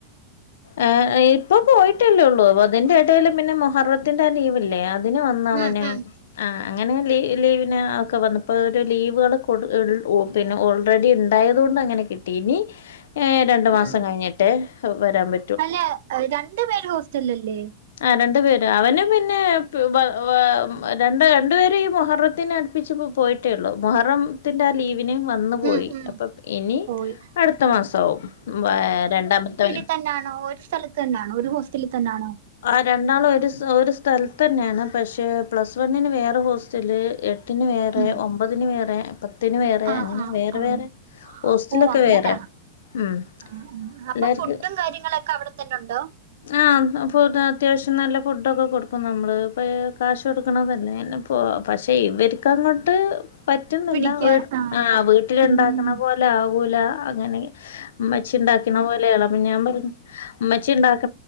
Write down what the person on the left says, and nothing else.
ഏഹ് ഇപ്പ പോയിട്ടല്ലേള്ളൂ അതിന്റെ ഇടെല് പിന്നെ മൊഹറത്തിന്റെ ലീവില്ലേ അതിന് വന്ന് അവന്
ആഹ് അങ്ങനെ ലീവിന് ഒക്കെ വന്നപ്പോ ഓരോ ലീവുകള് കൊട് ഇൾ ഓ ത്ത് പിന്നെ ഓൾറെഡി ഇണ്ടായത്കൊണ്ട് അങ്ങനെ കിട്ടി ഇനി ഏഹ് രണ്ട് ണ്ട് മാസം
കഴിഞ്ഞിട്ടേ വരാൻ പ
ആഹ് രണ്ടു പേര് അവന് പിന്നെ വാ രണ്ട് രണ്ടുപേരും ഈ മൊഹറത്തിന് അടുപ്പിച്ച് പോയിട്ടേ ഇള്ളൂ മൊഹറത്തിന്റെ ലീവ് ന് വന്ന് പോയി
അപ്പം ഇനി
അടുത്ത മാസവും രണ്ടാമത്തെവന്
ആഹ് രണ്ടാളും ഒരു ഒരു സ്ഥലത്ത് തന്നെയാണ് പക്ഷെ പ്ലസ് വണ്ണിന് വേറെ ഹോസ്റ്റല് എ ട്ടിന് വേറെ
ഒമ്പതിന് വേറെ പത്തിന് വേറെ
അങ്ങനെ
വേറെ
വേറെ ഹോസ്റ്റലൊക്കെ
വേറെ ഉം
എല്ലാർക്കും
ആഹ് ഫ് അത്യാവശ്യം നല്ല ഫുഡൊക്കെ കൊടുക്കും നമ്മള് ഇപ്പ കാശ് കൊടുക്കണതല്ലേ പോ പക്ഷെ ഇവരിക്ക് അങ്ങോട്ട് പറ്റുന്നില്ല
വീ ആഹ്
വീ- ട്ടില് ഒണ്ടാക്കുന്ന
പോലെ ആകൂല അങ്ങനെ മ്മച്ചി ഇണ്ടാക്കിണ പോലെയളപിന്നെ ഞാൻ പറഞ്ഞു ഉമച്ചി ഉണ്ടാക്ക്‌